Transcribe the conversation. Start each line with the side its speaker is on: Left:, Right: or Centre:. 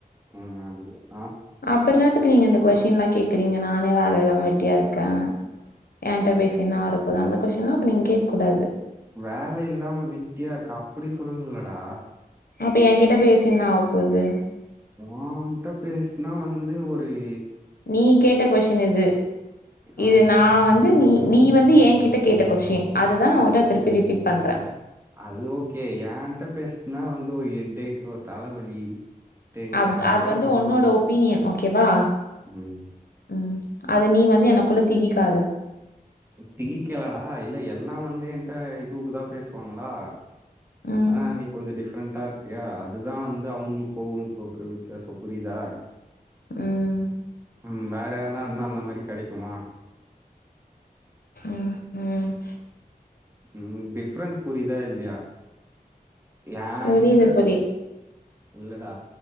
Right: ம் ஆனது ஆ
Left: அப்பறோ என்னாத்துக்கு நீங்க இந்த கொஸ்டின்லாக்
Right: ம்
Left: கேக்குறீங்க நானே வேல இல்லாம வெட்டியாருக்கே ஏன்ட்ட பேசி என்னா வரப்போது அந்த கொஸினா அப்ப நீங் கேக்கூடாது
Right: வேலையில்லாம வெட்டியா இருக்கா அப்டி சொல்லலடா
Left: அப்ப எங்கிட்ட பேசி என்ன ஆவுப்போது
Right: ஓன்ட்ட பேச்னா வந்து ஒரே
Left: நீ கேட்ட கொஸ்டீன் இது
Right: ஆ
Left: இது நா வந்து நீ நீ வந்து எங்கிட்ட கேட்ட கொஸ்டீன் அதுதா உகிட்டத் திருப்பி ரிப்பீட் பண்றே
Right: அது ஓகே ஏன்ட்டப் பேச்னா வந்து ஒரு எட்டேக் ஒருத் தலவலி டென்ஷன்
Left: அத்
Right: அதுதா
Left: அது வந்து
Right: வரு
Left: ஒன்னோட ஒப்பீனியன் ஓகேவா
Right: ம்
Left: ம் அது நீ வந்து எனக்குள்ள திகிக்காத
Right: திகிக்கிளடா இல்ல எல்லா வந்து என்ட்ட இதுவுகுதாப் பேசுவாங்களா
Left: ம்
Right: ஆனா நீ கொஞ்சோ டிஃப்ரெண்டா இருக்கியா அதுதா வந்து அவுங்குள்க்கோ <unintelligible> வித்தியாசப் புரியிதா
Left: ம்
Right: ம் வேற யார்னா இருந்தா அந்த மாரி கெடைக்குமா
Left: ம் ம்
Right: ம் ம் டிஃப்ரென்ஸ் புரியிதா இல்லியா என்ட்டருக்கர்
Left: புரியுது புரியுது
Right: இல்லடா